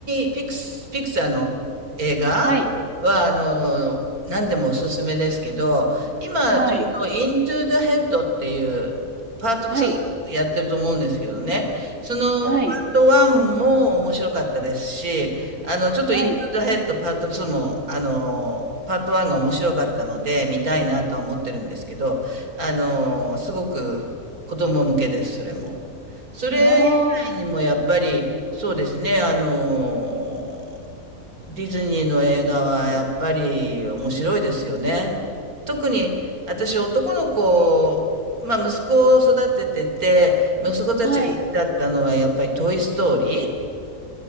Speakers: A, on the right; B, on the right.
A: ーピクス、ピクサーの映画は、
B: はい、
A: あの、何でもおすすめですけど、今ちょうどイントゥ
B: はい、
A: the Head っていうパート2やってると思うんですけどね。
B: はい、
A: そのパート1も面白かったですし、
B: はい、
A: あの、ちょっとイントゥ
B: はい。
A: the Head パート2も、あの、パート1が面白かったので見たいなとは思ってるんですけど、あの、すごく子供向けです、それも。それ、
B: あ
A: 以外にもやっぱり、そうですね、あの、ディズニーの映画はやっぱり面白いですよね。特に私男の子、まあ息子を育ててて、息子たちが好きだったのはやっぱりトイ・
B: あ、はい。
A: ストーリー